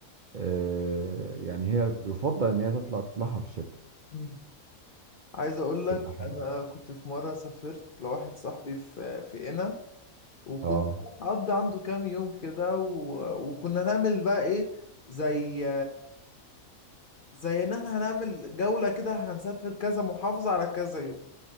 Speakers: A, on the right; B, on the left.
A: آه، يعني هي يفضل ان هي تطلع تطلعها في الشتاء
B: مم. عايز أقول لك
A: تبقى حلوه
B: أنا
A: أوي.
B: كنت في مرة سافرت لواحد صاحبي في في قنا وكنت
A: اه
B: هقضي عنده كام يوم كده و... وكنا نعمل بقى ايه زي زي ان احنا هنعمل جولة كده هنسافر كذا محافظة على كذا يوم